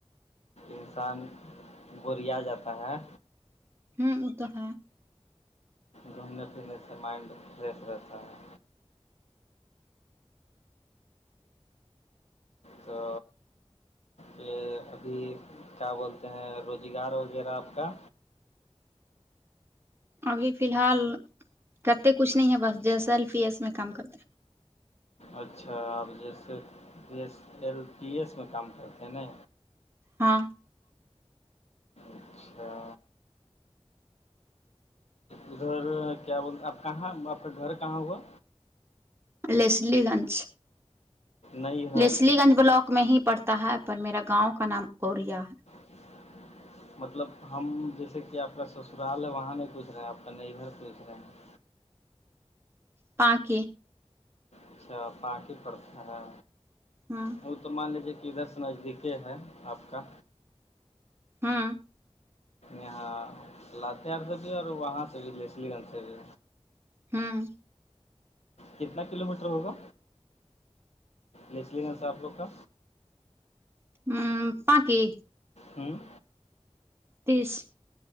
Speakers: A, on the left (about 80°); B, on the right (about 20°).
A: انسان گوریا جاتا ہے
B: ہوں ا توح
A: گھومنے پھرنے سے مائنڈ فریش رہتا ہے تو یہ ابھی کیا بولتے ہیں روزگار وغیرہ آپ کا
B: ابھی فی الحال کرتے کچھ نہیں ہے بس جیسیلفی ہے اس میں کام کر
A: اچھا آپ جیسے جس ایل پی ایس میں کام کرتے ہیں نا
B: ہاں
A: اچھا ادھر کیا آپ کہاں آپ کا گھر کہاں ہوا
B: لسلی گنج
A: نئی گھر
B: لسلی گنج بلاک میں ہی پڑتا ہے پر میرا گاؤں کا نام کوریا ہے
A: <unintelligible> مطلب ہم جیسے کہ آپ کا سسرال ہے وہاں نہیں پوچھ رہے ہیں آپ کا گھر پوچھ رہے ہیں
B: پاک
A: اچھا پٹی پڑتا ہے
B: ہاں
A: وہ تو مان لیجیے کہ ادھر سے نزدیکی ہے آپ کا
B: ہاں
A: یہاں لااتار سے بھی اور وہاں سے بھی جسلی گنج سے بھی
B: ہاں
A: کتنا کلو میٹر ہوگا لس لی گن سر آپ لوگ کا
B: ہوں پکی
A: ہوں
B: تیس